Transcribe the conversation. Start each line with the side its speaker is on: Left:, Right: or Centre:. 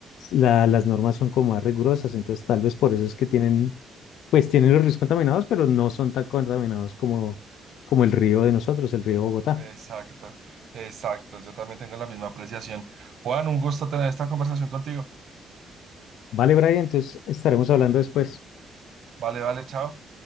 Left: la- las normas son como más rigurosas, entonces tal vez por eso es que tienen, pues tienen los ríos contaminados, pero no son tan contaminados como, como el río de nosotros, el río Bogotá.
Right: exacto, exacto. Yo también tengo la misma apreciación. Juan, un gusto tener esta conversación contigo.
Left: Vale, Brian, entonces estaremos hablando después.
Right: Vale, vale, chao.